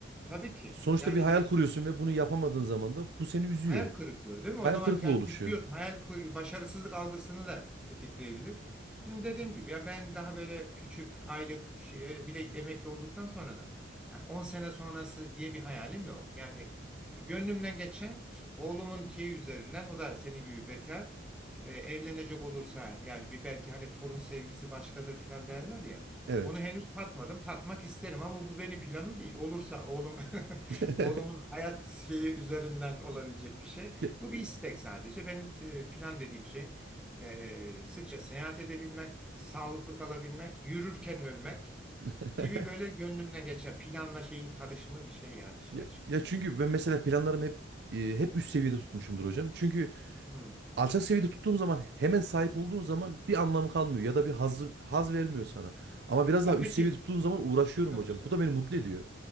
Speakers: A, in the centre; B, on the right.
A: tabii ki
B: Sonuçta
A: yani
B: bir hayal
A: ge-
B: kuruyorsun ve bunu yapamadığın zaman da bu seni üzüyor.
A: Hayal kırıklığı değil mi?
B: Hayal
A: O zaman
B: kırıklığı
A: yani
B: oluşuyor.
A: küsüyorsun. Hayal kır- başarısızlık algısını da tetikleyebilir. Şimdi dediğim gibi ya ben daha böyle küçük aylık şey, bir de emekli olduktan sonra da yani 10 sene sonrası diye bir hayalim yok. Yani e, gönlümden geçen oğlumun şeyi üzerinden o da senin gibi bekar e, evlenecek olursa yani bir belki hani torun sevgisi başkadır filan derler ya.
B: Evet.
A: Onu henüz tatmadım. Tatmak isterim ama bu benim planım değil. Olursa oğlum <laughs>
B: <laughs>
A: Oğlumun hayat şeyi üzerinden olabilecek bir şey.
B: Ya,
A: Bu bir istek sadece. Benim e, plan dediğim şey e, sıkça seyahat edebilmek, sağlıklı kalabilmek, yürürken ölmek
B: <laughs>
A: gibi böyle gönlümden geçen planla şeyin karışımı bir şey yani işin
B: ya,
A: açıkçası.
B: ya çünkü ben mesela planlarımı hep e, hep üst seviyede tutmuşumdur hocam. Çünkü
A: Hmm.
B: alçak seviyede tuttuğum zaman hemen sahip olduğun zaman bir anlamı kalmıyor ya da bir haz haz vermiyor sana. Ama biraz
A: Ya
B: daha üst
A: peki
B: seviyede tuttuğum zaman uğraşıyorum
A: çok
B: hocam.
A: güzel.
B: Bu da beni mutlu ediyor.